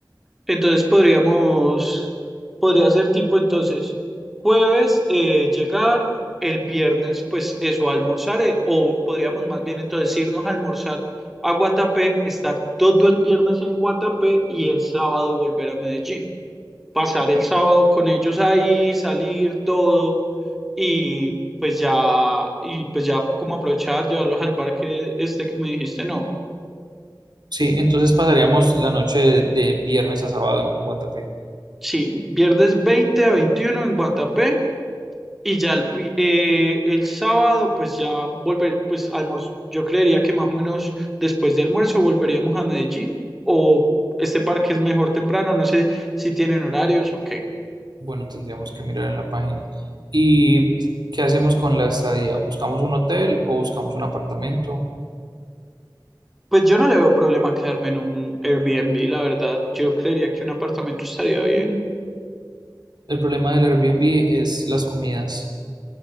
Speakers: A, in the centre; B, on the right.
A: Entonces podríamos, podría ser tipo entonces jueves eh, llegar, el viernes pues eso almorzaré, o podríamos más bien entonces irnos a almorzar a Guatapé, estar todo el viernes en Guatapé y el sábado volver a Medellín. Pasar el sábado con ellos ahí, salir todo y pues ya, y pues ya como aprovechar, llevarlos al parque este que me dijiste, no.
B: Sí, entonces pasaríamos la noche de, de viernes a sábado en, en Guatapé.
A: Sí, viernes 20 a 21 en Guatapé Y ya el, vi- eh, el sábado, pues ya volver, pues almuerzo. Yo creería que más o menos después de almuerzo volveríamos a Medellín o este parque es mejor temprano, no sé si tienen horarios o qué.
B: Bueno, tendríamos que mirar en la página. ¿Y qué hacemos con la estadía? ¿Buscamos un hotel o buscamos un apartamento?
A: Pues yo no le veo problema quedarme en un Airbnb, la verdad. Yo creería que un apartamento estaría bien.
B: El problema del Airbnb es las comidas.